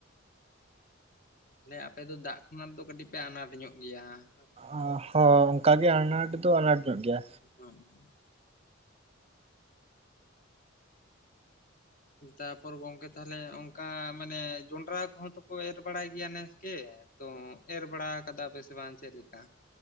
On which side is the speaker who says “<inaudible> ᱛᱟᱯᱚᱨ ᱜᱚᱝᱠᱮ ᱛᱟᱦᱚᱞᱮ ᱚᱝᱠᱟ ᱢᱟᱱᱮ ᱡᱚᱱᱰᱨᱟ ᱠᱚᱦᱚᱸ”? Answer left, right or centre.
Left